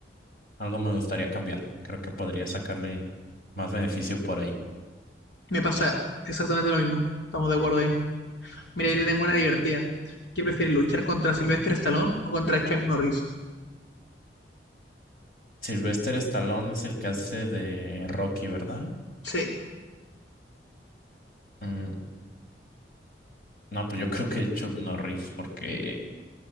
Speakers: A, on the left; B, on the left.
A: algo me gustaría cambiar. Creo que podría sacarle más beneficio por ahí.
B: Me pasa exactamente lo mismo. Estamos de acuerdo ahí. Mira,
A: Sí.
B: yo te tengo una divertida. ¿Qué prefieres, luchar contra Sylvester Stallone o contra Chuck Norris?
A: Sylvester Stallone es el que hace de Rocky, ¿verdad?
B: Sí,
A: Mm, No, pues yo creo que Chuck Norris, porque